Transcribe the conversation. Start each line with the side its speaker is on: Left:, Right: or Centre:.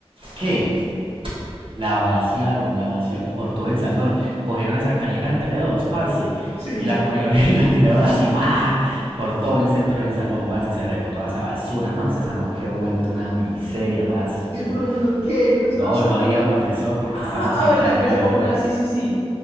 Right: ¿qué? La vaciaron, la vaciaron por todo el salón. Cogieron esa caneca entre dos, parce.
Left: Sí.
Right: Y la cogieron <laughs> y la tiraron así,
Left: <laughs>
Right: ¡fa! Por todo el centro del salón, parce. Se regó toda esa basura. No, ese salón quedó vuelto una miseria, parce. Eso
Left: ¿Y
Right: quedó.
Left: el profesor qué? El profesor
Right: No,
Left: observando.
Right: no había profesor porque
Left: Ah,
Right: estábamos
Left: ah,
Right: en
Left: verdad,
Right: cambio
Left: que era jornada.
Right: de hora.
Left: Sí, sí, sí.